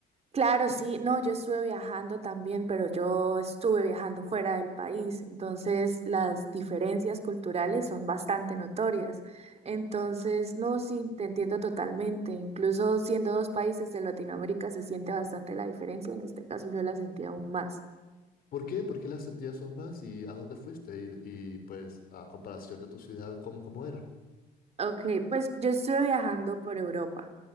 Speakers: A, on the right; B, on the left.
A: claro, sí. No, yo estuve viajando también, pero yo estuve viajando fuera del país, entonces las diferencias culturales son bastante notorias. Entonces, no, sí, te entiendo totalmente. Incluso siendo dos países de Latinoamérica se siente bastante la diferencia. En este caso yo la sentí aún más.
B: ¿Por qué? ¿Por qué las sentías son más? ¿Y a dónde fuiste? Y, y, pues a comparación de tu ciudad, ¿cómo, cómo era?
A: Ok, pues yo estuve viajando por Europa.